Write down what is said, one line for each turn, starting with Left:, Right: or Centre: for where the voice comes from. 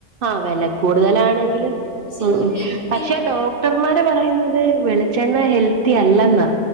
Right: ആ വില കൂടുതലാണെങ്കിലും
Left: പക്ഷെ
Right: ഉ
Left: നല്ല ഹെൽത്തിയാ
Right: പക്ഷെ ഡോക്ട ഡോക്ടർമാര് പറയുന്നത് വെളിച്ചെണ്ണ ഹെൽത്തി അല്ലെന്നാ